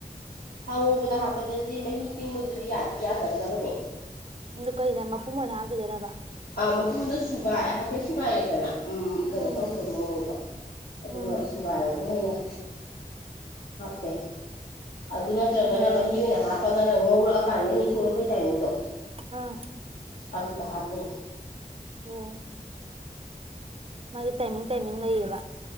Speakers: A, on the left; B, on the right.
A: ꯍꯪꯉꯨꯕꯗ ꯍꯥꯞꯄꯗꯗꯤ ꯃꯍꯤ ꯇꯤꯡꯕꯗꯗꯤ ꯌꯥꯗꯤ ꯌꯥꯒꯗꯕꯅꯦ
B: ꯏ ꯀꯩ ꯅ ꯃ ꯄꯨꯃꯣꯟ ꯍꯥꯏꯒꯗꯔꯕ
A: ꯑꯥ ꯃꯄꯨꯝꯗ ꯁꯨꯒꯥꯏ ꯍꯥꯏꯐꯦꯠ ꯁꯨꯒꯥꯏꯑꯦꯗꯅ ꯎ ꯀꯩꯅꯣ
B: ꯎꯝ
A: ꯇꯧꯕ ꯃꯑꯣꯡꯗꯣ ꯑꯗꯨꯒ
B: ꯎꯝ
A: ꯁꯨꯒꯥꯏꯔꯗ ꯑꯣꯏꯅ ꯍꯥꯄꯦ ꯑꯗꯨ ꯅꯠꯇ꯭ꯔꯒꯅ
B: ꯎꯝ
A: ꯃꯍꯤ ꯑꯣꯏꯅ ꯍꯥ ꯐꯒꯅ ꯉꯧꯔꯛꯑꯀꯥꯟꯗ ꯃꯍꯤ ꯊꯣꯛꯂꯛꯄꯩ ꯇꯥꯏꯃꯤꯡꯗꯣ
B: ꯑꯝ
A: ꯑꯗꯨꯗ ꯍꯥꯄꯦ
B: ꯑꯣꯝ ꯃꯥ ꯇꯥꯏꯃꯤꯡ ꯇꯥꯏꯃꯤꯡ ꯂꯩ ꯌꯕ